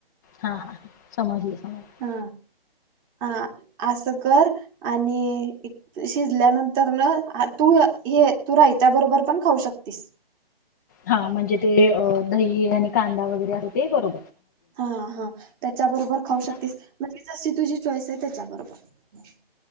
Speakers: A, on the left; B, on the right.
A: हा हा समजली समजली
B: हा. हा असं कर आणि शिजल्यानंतर न तू हे तू रायत्या बरोबर पण खाऊ शकतिस
A: हा म्हणजे ते अ दही आणि कांदा वगैरे असं ते करू
B: हा हा त्याच्याबरोबर खाऊ शकतिस
A: ना
B: म्हणजे जशी तुझी इच्छा चाॅईस आहे त्याच्यां बरोबर